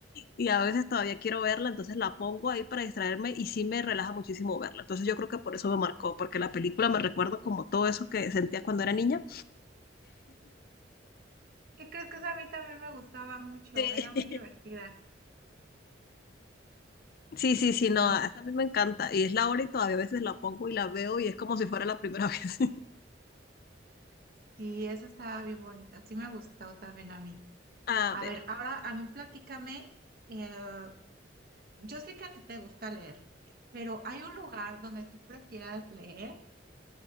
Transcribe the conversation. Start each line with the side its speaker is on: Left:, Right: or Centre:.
Left: y a veces todavía quiero verla, entonces la pongo ahí para distraerme y sí me relaja muchísimo verla. Entonces yo creo que por eso me marcó, porque la película me recuerdo como todo eso que sentía cuando era niña.
Right: ¿Qué crees que esa a mí también me gustaba mucho?
Left: Sí.
Right: Era muy
Left: <laughs>
Right: divertida.
Left: Sí, sí, sí,
Right: Muy.
Left: no, esa a mí me encanta y es la hora y todavía a veces la pongo y la veo y es como si fuera la primera <laughs> vez.
Right: Sí, esa estaba bien bonita, sí me gustó también a mí.
Left: A
Right: A
Left: ver.
Right: ver, ahora a mí platícame, eh, yo sé que a ti te gusta leer, pero ¿hay un lugar donde tú prefieras leer,